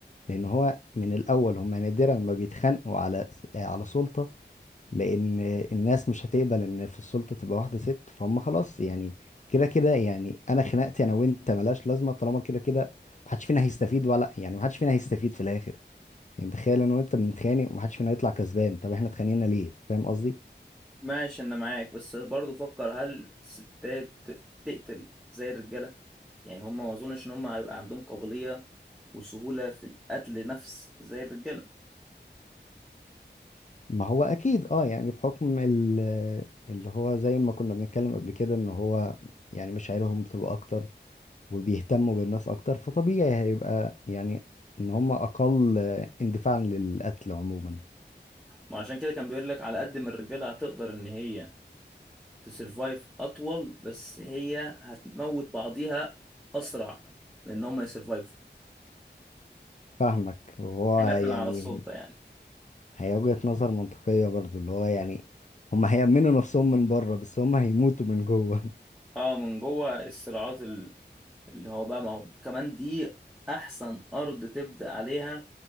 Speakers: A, on the left; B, in the centre.
A: لان هو من الاول هم نادرا ما بيتخانقوا على على سلطة لان الناس مش هتقبل ان في السلطة تبقى واحدة ست فهم خلاص يعني كده كده يعني انا خناقتي انا وانت ملهاش لازمة طالما كده كده محدش فينا هيستفيد ولا يعني محدش فينا هيستفيد في الاخر يعني تخيل انا وانت بنتخانق ومحدش فينا يطلع كسبان طب احنا اتخانقنا ليه فاهم قصدي
B: ماشي انا معاك بس برضو فكر هل الستات تقتل زي الرجالة يعني هم ما اظنش ان هم هيبقى عندهم قابلية وسهولة في القتل نفس زي الرجالة
A: ما هو اكيد اه يعني بحكم ال- اللي هو زي ما كنا بنتكلم قبل كده ان هو يعني مشاعرهم بتبقى اكتر وبيهتموا بالناس اكتر فطبيعي هيبقى يعني ان هم اقل اندفاعا للقتل عموما
B: ما عشان كده كان بيقول لك على قد ما الرجالة هتقدر ان هي تسرفايف اطول بس هي هتموت بعضيها اسرع من ان هم يسرفايف
A: فاهمك وهو
B: خلافا
A: يعني
B: على السلطة يعني
A: هي وجهة نظر منطقية برضو اللي هو يعني هم هيأمنوا نفسهم من بره بس هم هيموتوا من جوه
B: اه من جوه الصراعات ال- اللي هو بقى ما هو كمان دي احسن ارض تبدا عليها